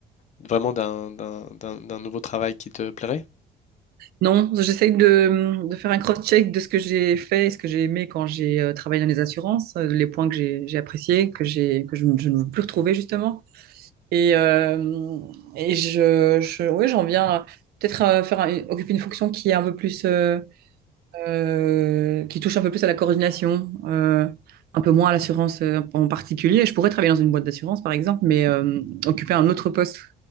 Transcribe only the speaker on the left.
vraiment d'un, d'un- d'un- d'un nouveau travail qui te plairait?